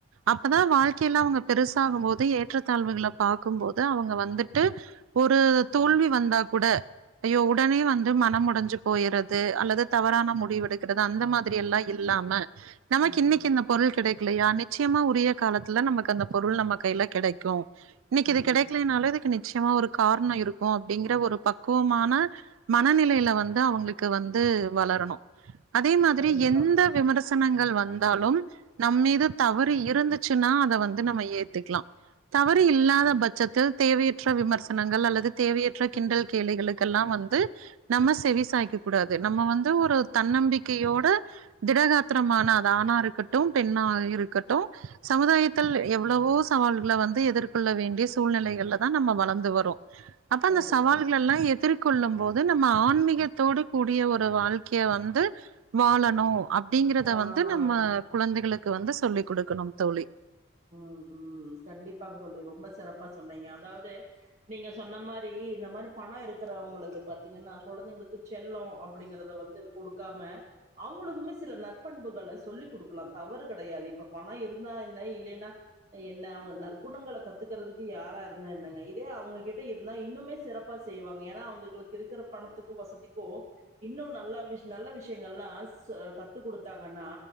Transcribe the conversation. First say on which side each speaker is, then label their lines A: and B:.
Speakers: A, on the right; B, on the right.
A: அப்பதா வாழ்க்கைய எல்லா அவங்க பெருசாகும் போது ஏற்றத்தாழ்வுகளை பாக்கும் போது அவங்க வந்துட்டு ஒரு தோல்வி வந்தா கூட ஐயோ உடனே வந்து மனம் உடஞ் சி போயிறது அல்லது தவறான முடிவு எடுக்கிறது அந்த மாதிரி எல்லா இல்லாம நமக்கு
B: ம்
A: இன்க்கு இந்த பொருள் கிடைக்கலையா நிச்சியமா உரிய காலத்துல நமக்கு அந்த பொருள் நம்ம கையில கெடைக்கு இன்னைக்கு
B: ம்
A: இது கிடைக்கையன்னால இதுக்கு நிச்சயமா இருக் காரண இருக்கு அப்படிங்கற ஒரு பக்குவமான மனநிலையில வந் து அவங்களுக்கு வந்து வளரணு அதே மாதிரி
B: கண்டிப்பாங்க
A: எந்த விமர்ச னங்கள் வந்தாலும் நம் மீது தவறி இருந்துச்சுன்னா அத வந்து நம்ம ஏத் த்துக்கலா தவ று இல்லாத பட்சத்தில் தேவையற்ற விமர்சனங்கள் அல்லது தேவையற்ற கிண்டல் கேளிகளுக்கெல்லா வந்து நம்ம செவி சாய்க்க கூடாது நம்ம வந்து தன்னம்பிக்கையோட திடகாத்திரமானா அது ஆனா இருக்கட்டு பெண்ணா இருக்கட்டு சமுதாயத் ள் எவ்வளவோ சவால்கள வந்து எதிர்கொள்ள வேண்டிய சூழ்நிலைகள்ல தா நம்ம வளந்து வறோ அப்ப அந்த
B: கண்டிப்பாங்க
A: சவால்க எல்லா எதிர்கொள்ளும் போது நம்ம ஆன்மீக கூடிய ஒரு வாழ்க்கையை வந்து வாழணு அப்படிங்கறத
B: ஆ
A: வந்து நம்ம குழந்தைகளுக் கு வந்து சொல்லி குடுக்கணு தோழி
B: ம் ம் கண்டிப்பா தோழி ரொம்ப சிறப்பா சொன்னீங்க அதாவது நீங்க சொன்ன மாரி இந்த மாரி பண இருக்கிறவங்களது பாத்தீங்கன்னா குழந்தைங்களுக்கு செல்லோ அப்படிங்கறத வந்து குடுக்காம அவங்களுக்குமே சில நற்பண்புகளை சொல்லிக் குடுக்கலா தவறு கெடையாது இப்ப பண இருந்தா என்ன இல்லைனா என்ன அவுங்க நற்குணங்கள கத்துக்கறதுக்கு யாரா இருந்தா என்னங்க இதே அவுங்ககிட்ட இருந்தா இன்னுமே சிற ப்பா செய்வாங்க ஏன்னா அவுங்களுக்கு இருக்கிற பணத்துக்கு வசதிக்கு இன்னு நல்லா விஷ் நல்ல விஷயங்கள்லா கத்து குடுத்தாங்கன்னா